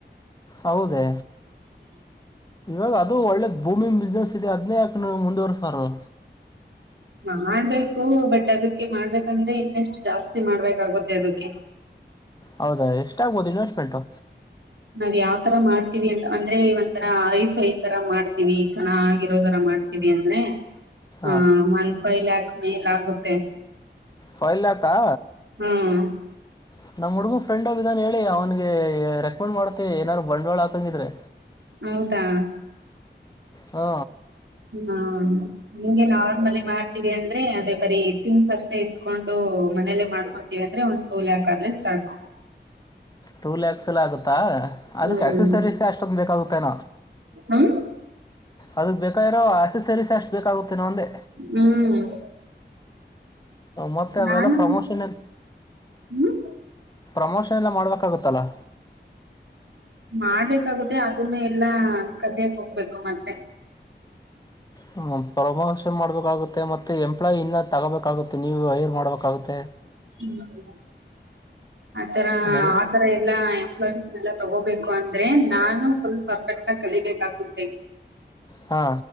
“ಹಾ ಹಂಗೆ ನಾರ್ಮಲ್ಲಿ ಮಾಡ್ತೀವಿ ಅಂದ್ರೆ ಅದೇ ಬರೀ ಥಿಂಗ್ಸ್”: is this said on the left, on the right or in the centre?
Right